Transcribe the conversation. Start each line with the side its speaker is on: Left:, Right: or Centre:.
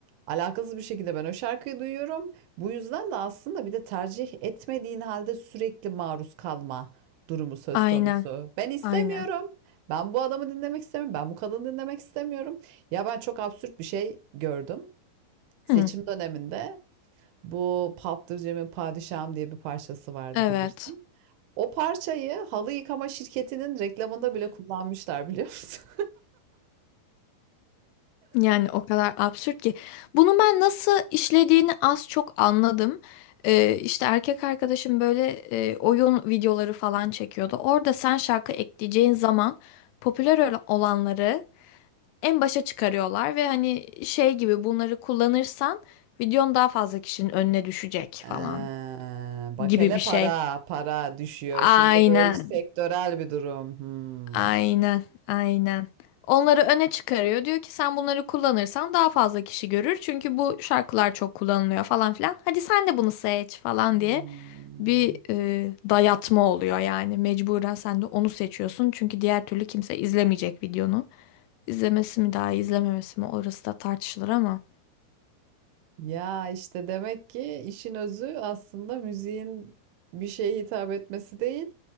Right: Alakasız bir şekilde ben o şarkıyı duyuyorum. Bu yüzden de aslında bir de tercih etmediğin halde sürekli maruz kalma durumu söz
Left: Aynen.
Right: konusu. Ben istemiyorum.
Left: Aynen.
Right: Ben bu adamı dinlemek istemiyorum. Ben bu kadını dinlemek istemiyorum. Ya ben çok absürt bir şey gördüm.
Left: Hı.
Right: Seçim döneminde bu Paptırcem'in Padişahım diye bir parçası vardı
Left: Evet.
Right: bilirsin. O parçayı halı yıkama şirketinin reklamında bile kullanmışlar biliyor musun?
Left: Yani o kadar absürt ki. Bunu ben nasıl işlediğini az çok anladım. Ee, işte erkek arkadaşım böyle e, oyun videoları falan çekiyordu. Orada sen şarkı ekleyeceğin zaman popüler ol- olanları en başa çıkarıyorlar ve hani şey gibi bunları kullanırsan videon daha fazla kişinin önüne düşecek
Right: Eee,
Left: falan
Right: bak
Left: gibi
Right: hele
Left: bir şey.
Right: para, para düşüyor.
Left: Aynen
Right: Şimdi bu iş sektörel bir durum. Hmm.
Left: Aynen, aynen. Onları öne çıkarıyor. Diyor ki sen bunları kullanırsan daha fazla kişi görür. Çünkü bu şarkılar çok kullanılıyor falan filan. Hadi sen de bunu seç falan
Right: Hmm.
Left: diye bir e, dayatma oluyor yani. Mecburen sen de onu seçiyorsun. Çünkü diğer türlü kimse izlemeyecek videonu. İzlemesi mi daha iyi, izlememesi mi orası da tartışılır ama.
Right: Ya işte demek ki işin özü aslında müziğin bir şeye hitap etmesi değil,